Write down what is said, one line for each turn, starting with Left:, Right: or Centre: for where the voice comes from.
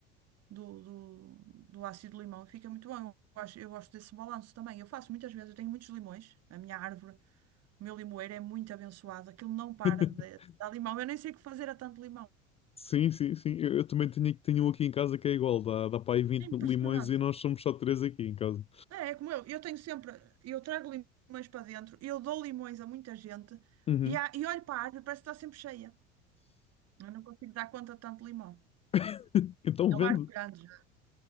Right: do, do, do ácido do limão e fica muito bom. Eu gosto, eu gosto desse balanço também. Eu faço muitas vezes, eu tenho muitos limões. A minha árvore, o meu limoeiro é muito abençoado. Aquilo não para
Left: <laughs>
Right: de dar limão. Eu nem sei o que fazer a tanto limão.
Left: Sim, sim, sim. Eu, eu também tenho, tenho um aqui em casa que é igual. Dá, dá para aí 20
Right: É
Left: limões
Right: impressionante.
Left: e nós somos só três aqui em casa.
Right: É, é como eu, eu tenho sempre, eu trago limões para dentro, eu dou limões a muita gente
Left: Uhum.
Right: e, há- e olho para a árvore, parece que está sempre cheia. Eu não consigo dar conta de tanto limão.
Left: <laughs> Então
Right: É
Left: vende.
Right: uma árvore grande já.